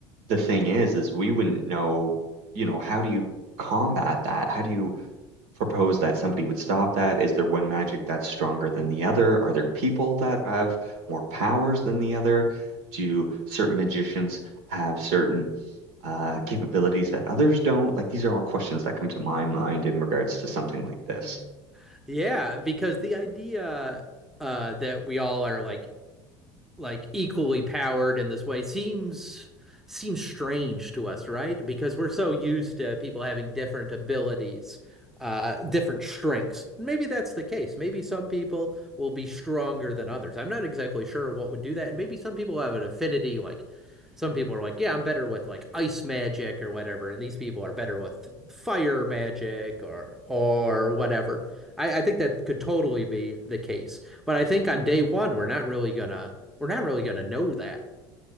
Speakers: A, on the right; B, in the centre.
A: the thing is, is we wouldn't know, you know, how do you combat that? How do you propose that somebody would stop that? Is there one magic that's stronger than the other? Are there people that have more powers than the other? Do certain magicians have certain uh, capabilities that others don't? Like these are all questions that come to my mind in regards to something like
B: <laughs>
A: this.
B: Yeah, because the idea uh, that we all are like like equally powered in this way seems seems strange to us, right? Because we're so used to people having different abilities, uh, different strengths. Maybe that's the case. Maybe some people will be stronger than others. I'm not exactly sure what would do that. And maybe some people have an affinity, like some people are like, yeah, I'm better with like ice magic or whatever, and these people are better with fire magic or or whatever. I, I think that could totally be the case. But I think on day one, we're not really gonna we're not really gonna know that.